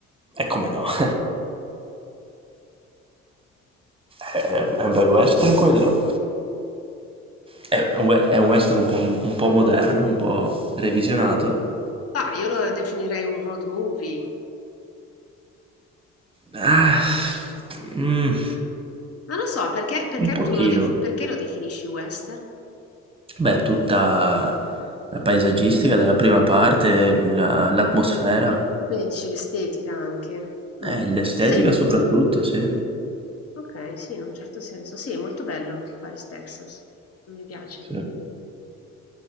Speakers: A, on the right; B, on the left.
A: E come no? <laughs> È, è un bel western quello. È un, we- è un western un po', m- un po' moderno, un po' revisionato.
B: Ma io lo definirei un road movie.
A: Ah, mm,
B: Non lo so, perché, perché
A: un pochino.
B: tu lo, def- perché lo definisci western?
A: Beh, tutta la paesaggistica della prima parte, la- l'atmosfera,
B: Quindi dici l'estetica anche.
A: eh,
B: Mm.
A: l'estetica
B: Sì,
A: soprattutto, sì.
B: Okay, sì, in un certo senso. Sì, molto bello Paris, Texas. Mi piace.
A: Sì.